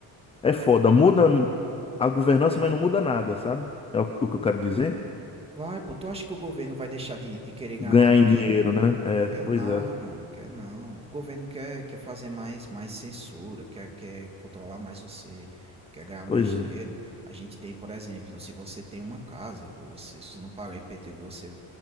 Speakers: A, on the left; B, on the right.
A: é foda, muda a governança, mas não muda nada, sabe? É o, o que eu quero dizer?
B: Vai, pô. Tu acha que o governo vai deixar de, de querer ganhar
A: Ganhar
B: mais dinheiro?
A: em dinheiro, né? É,
B: Quer
A: pois
B: nada,
A: é,
B: homem. Quer não. O governo quer, quer fazer mais, mais censura, quer, quer controlar mais você, quer ganhar
A: pois
B: mais dinheiro. A gente tem, por exemplo, se você tem uma casa, pô, você, se você não pagar IPTU, você,